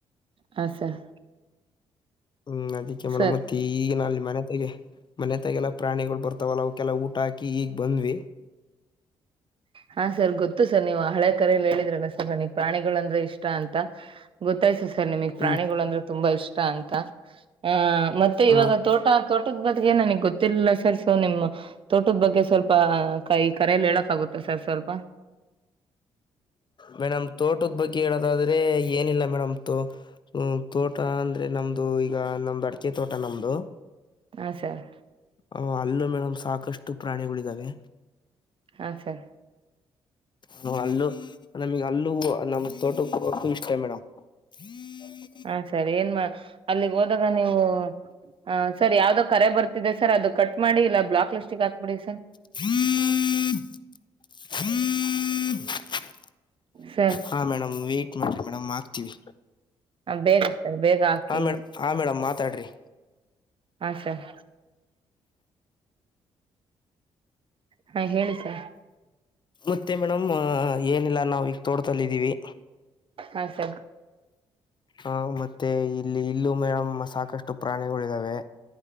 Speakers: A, on the right; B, on the left.
A: ಹಾ ಸರ್.
B: ಹ್ಮ್ ಅದಕ್ಕೆ ಮೇಡಂ
A: ಸರ್
B: ಈಗಿನ ಅಲ್ಲಿ ಮನೆ ತಾಗೆ ಮನೆ ತಗೆಲ್ಲ ಪ್ರಾಣಿಗಳ ಬರ್ತಾವಲ್ಲ ಅವಕ್ಕೆಲ್ಲ ಊಟ ಹಾಕಿ ಈಗ ಬಂದ್ವಿ.
A: ಹಾ ಸರ್ ಗೊತ್ತು ಸರ್ ನೀವು ಹಳೆ ಕರೆಯಲ್ಲಿ ಹೇಳಿದ್ರಲ್ಲ ಸರ್ ನನಗ ಪ್ರಾಣಿಗಳಂದ್ರೆ ಇಷ್ಟ ಅಂತ. ಗೊತ್ತಾಯ್ಸು ಸರ್ ನಿಮಗ ಪ್ರಾಣಿಗಳು
B: ಹ್ಮ್
A: ಅಂದ್ರೆ ತುಂಬಾ ಇಷ್ಟ ಅಂತ ಆ ಮತ್ತೆ ಇವಾಗ
B: ಹ
A: ತೊ ತೋಟ ತೋಟದ ಬದಗೆ ನನಗ ಗೊತ್ತಿಲ್ಲ ಸೊ ನಿಮ್ಮ ತೋಟದ ಬಗ್ಗೆ ಸ್ವಲ್ಪ ಪ ಕೈ ಕರೆಯಲ್ಲಿ ಹೇಳಕ ಆಗುತ್ತ ಸರ್ ಸ್ವಲ್ಪ
B: ಮೇಡಮ್ ತೋಟದ ಬಗ್ಗೆ ಹೇಳೋದಾದ್ರೆ ಏನಿಲ್ಲ ಮೇಡಮ್ ತೊ ಹ್ಮ್ ತೋಟ ಅಂದ್ರೆ ನಮ್ದು ಈಗ ನಮ್ದು ಅಡಿಕೆ ತೋಟ ನಮ್ದು
A: ಹಾ ಸರ್.
B: ಅ ಅಲ್ಲೂ ಮೇಡಮ್ ಸಾಕಷ್ಟು ಪ್ರಾಣಿಗಳಿದಾವೆ.
A: ಹಾಂ ಸರ್.
B: ನಾವ್ ಅಲ್ಲೂ ನಮಗ ಅಲ್ಲೂ ನಮ್ ತೋಟಕ್ಕ ಹಕ್ಕೂ ಇಷ್ಟೇ ಮೇಡಮ್. <inaudible>
A: ಹ ಸರ ಏನ್ ಅಲ್ಲಿಗ ಹೋದಾಗ ನೀವು ಆ ಸರ ಯಾವ್ದೋ ಕರೆ ಬರ್ತ ಇದೆ ಸರ್ ಅದು ಕಟ್ ಮಾಡಿ ಇಲ್ಲ ಬ್ಲಾಕ್ ಲಿಸ್ಟಗ ಹಾಕ್ಬಿಡಿ ಸರ್.
B: <inaudible> <inaudible>
A: ಸರ್
B: ಹಾ ಮೇಡಮ್ ವೇಟ್ ಮಾಡಿ ಮೇಡಮ ಆಕ್ತೀವಿ
A: ಬೇಗ ಸರ್ ಬೇಗ ಹಾಕಿ
B: ಹಾ ಮೇಡಮ್. ಹಾಂ ಮೇಡಮ್ ಮಾತಾಡ್ರರಿ.
A: ಹಾಂ ಸರ್. ಹಾ ಹೇಳಿ ಸರ್.
B: ಮತ್ತೆ ಮೇಡಮ್ ಏನಿಲ್ಲ ನಾವ ಈಗ ತೋಡ್ತಲ್ಲಿದ್ದೀವಿ.
A: ಹಾ ಸರ.
B: ಹ ಮತ್ತ ಇಲ್ಲಿ ಇಲ್ಲೂ ಮೇಡಮ್ಮ ಸಾಕಷ್ಟು ಪ್ರಾಣಿಗಳಿದಾವೆ.